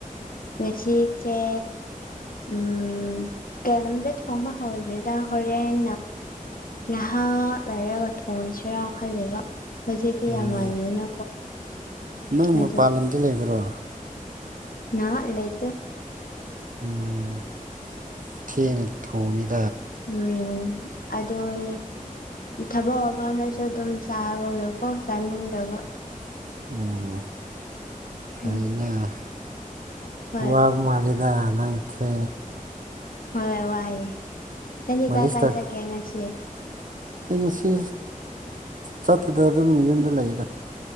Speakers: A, on the left; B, on the right.
A: ꯉꯁꯤꯁꯦ ꯎꯝ ꯀꯩꯝꯇ ꯊꯣꯡꯕ ꯍꯧꯗ꯭ꯔꯤꯗ ꯍꯣꯔꯦꯟ ꯉꯏꯍꯥꯛ ꯂꯩꯔꯒ ꯊꯣꯡꯉꯁꯤ꯫ ꯈꯔꯥ ꯈꯜꯂꯤꯕ ꯍꯧꯖꯤꯛꯇꯤ
B: ꯎꯝ
A: ꯌꯥꯝ ꯉꯜꯂꯤꯗꯅ
B: ꯅꯪ
A: ꯑꯗꯨꯒꯤ
B: ꯃꯄꯥꯟ ꯂꯝꯗ ꯂꯩꯕ꯭ꯔꯣ
A: ꯅꯍꯥꯛ ꯂꯩꯇꯦ
B: ꯎꯝ ꯊꯦꯡꯅ ꯊꯣꯡꯉꯦ
A: ꯎꯝ ꯑꯗꯨꯅꯦ ꯊꯕꯛ ꯃꯐꯝꯗ ꯑꯗꯨꯝ ꯆꯥꯔꯒꯦ ꯍꯧꯖꯤꯛꯇꯤ ꯆꯥꯅꯤꯡꯗꯦ
B: <inaudible> ꯐꯩꯅ
A: ꯎꯝ ꯍꯣꯏ
B: ꯋꯥꯕ ꯃꯥꯜꯂꯤꯗ ꯅꯪꯁꯦ
A: ꯍꯣꯏ ꯋꯥꯏꯌꯦ ꯅꯪꯗꯤ
B: ꯃꯥꯂꯤꯁꯇ
A: ꯉꯁꯤ ꯀꯥꯏ ꯀꯥꯏ ꯆꯠꯀꯦ?
B: ꯑꯩ ꯉꯁꯤ ꯆꯠꯇꯦꯗ ꯑꯗꯨꯝ ꯌꯨꯝꯗ ꯂꯩ꯫